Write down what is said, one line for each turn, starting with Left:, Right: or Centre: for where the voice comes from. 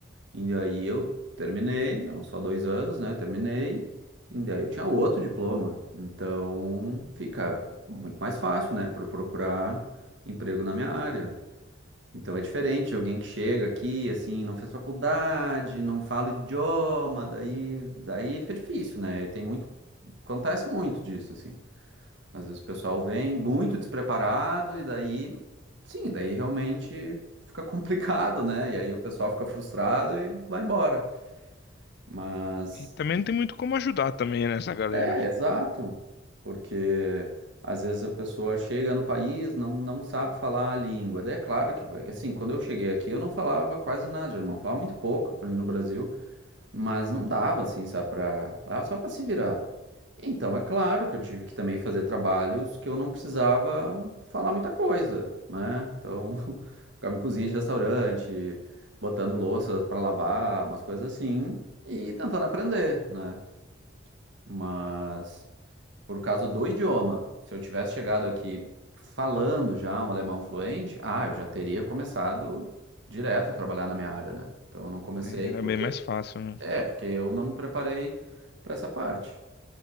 Right: E daí eu terminei, eram só dois anos, né? Terminei, e daí eu tinha outro diploma. Então fica muito mais fácil, né? Para procurar emprego na minha área. Então é diferente, alguém que chega aqui, assim, não fez faculdade, não fala idioma, daí, daí fica difícil, né? E tem muito, acontece muito disso, assim. Às vezes o pessoal vem muito despreparado e daí, sim, daí realmente fica <laughs> complicado, né? E aí o pessoal fica frustrado e vai embora. Mas
Left: E também não tem muito como ajudar também né, essa galera.
Right: É, exato. Porque às vezes a pessoa chega no país, não, não sabe falar a língua. Daí é claro que vai. Assim, quando eu cheguei aqui, eu não falava quase nada de alemão. Falava muito pouco, para mim no Brasil, mas não dava, assim, sabe, pra... Dava só para se virar. Então, é claro que eu tive que também fazer trabalhos que eu não precisava falar muita coisa, né? Então, <laughs> ficava em cozinha de restaurante, botando louças para lavar, umas coisas assim, e tentando aprender, né? Mas por causa do idioma. Se eu tivesse chegado aqui falando já um alemão fluente, ah, eu já teria começado direto a trabalhar na minha área, né? Então eu não comecei
Left: Aí era
Right: porque
Left: bem mais fácil, né?
Right: é, porque eu não me preparei para essa parte,